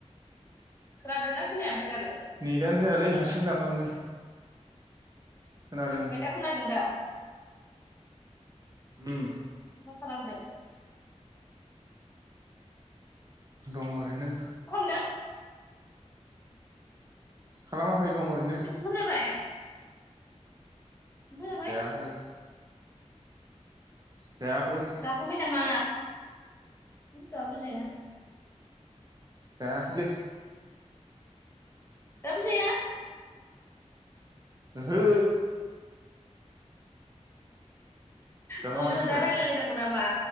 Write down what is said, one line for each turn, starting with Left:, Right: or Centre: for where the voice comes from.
Left: खोनादोंना खोनाया ओमफ्राय दालाय?
Right: नेतआनो जायालै हारसिं दानलांदों। खोनादों
Left: ओमफ्राय दा खोनादोंदा?
Right: उम
Left: मा खालामदों?
Right: दं ओरैनो।
Left: मा खालामदों?
Right: खालामाखै। दं ओरैनो
Left: <unintelligible> <inaudible> ओंखाम जाबाय
Right: जायाखै जायाखै
Left: जाखांबाय नामा मा दाबो जाया।
Right: जायाखैलै
Left: दाबो जाया?
Right: ओहो जाखांबाय
Left: बोलो
Right: नोंस्रा
Left: होना रायलाय लायनांगौ नामा?